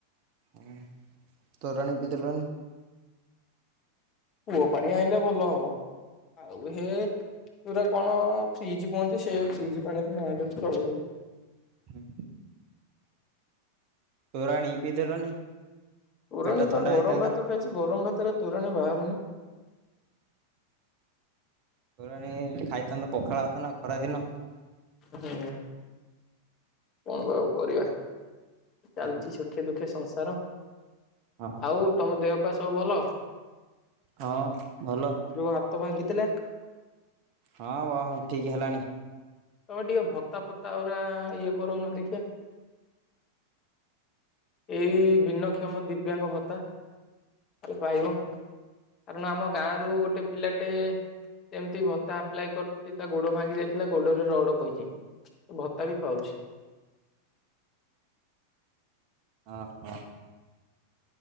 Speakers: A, on the right; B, on the left.
A: ହଓଃ ତୋରାଣୀ ପିଇଦେଲନି?
B: କୁଅ ପାଣି ଆଣିଲେ ଭଲ ହବ। ଆଉ ହେ ପୁରା କଣ ଫ୍ରିଜ କୁହନ୍ତି, ସେ ଫ୍ରିଜ ପାଣିରେ ନଲେ ଚଳିବ।
A: ହୁଁ। ତୋରାଣି ପିଇଦେଲନି।
B: ତୋରଣୀ
A: ପେଟ ଥଣ୍ଡା
B: ପା ଗରମ
A: ହେଇଥାନ୍ତା
B: ଭାତ ଖାଇଚି। ଗରମ ଭାତରେ ତୋରାଣୀ ବାହାରୁନି।
A: ତୋରାଣୀ, ଖାଇଥାନ୍ତ ପଖାଳ ଭାତ ନା ଖରା ଦିନ।
B: ହୁଁ କଣ ବା ଆଉ କରିବା ଚାଲିଚି
A: ହଁ
B: ସ ଖେ ଦୁଃଖେ ସଂସାର।
A: ହଁ
B: ଆଉ ତମ ଦେହ ପାହ ସବୁ ଭଲ?
A: ହଁ ଭଲ।
B: ଯୋଉ ହାତ ଭାଙ୍ଗିଥିଲା?
A: ହଁ ବ ଠିକ ହେଲାଣି।
B: ତମେ ଟିକେ ଭତା ଫତା ଗୁରା ଇଏ କରୁନ ଦେଖିବା। ଏଇ ଭିନ୍ନକ୍ଷମ ଦିବ୍ୟାଙ୍ଗ ଭତ୍ତା। ପାଇବ କାରଣ ଆମ ଗାଁରୁ ଗୋଟେ ପିଲାଟେ ସେମିତି ଭତ୍ତା ଆପ୍ଲାଏ କରିୁଚି, ତା ଗୋଡ ଭାଙ୍ଗି ଯାଇଥିଲା ଗୋଡ ରଡ ପଇଚି, ସେ ଭତ୍ତା ବି ପାଉଚି।
A: ହଁ ହଁ।